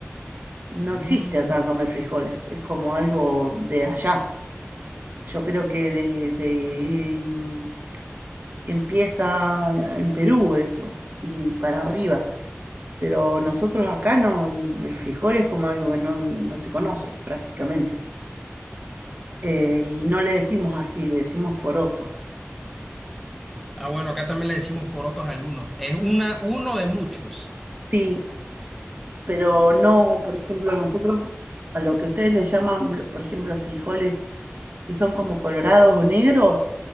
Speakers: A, in the centre; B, on the right.
A: Mm.
B: No existe acá comer frijoles, es como algo de allá. Yo creo que desde mm, empieza en Perú eso, y para arriba. Pero nosotros acá no, el frijol es como algo que no, no se conoce prácticamente. Eh, y no le decimos así, le decimos porotos.
A: Ah, bueno, acá también le decimos porotos a algunos. Es una, uno de muchos.
B: Sí, pero no, por ejemplo, nosotros a lo que ustedes les llaman, lo- por ejemplo, frijoles que son como colorados o negros,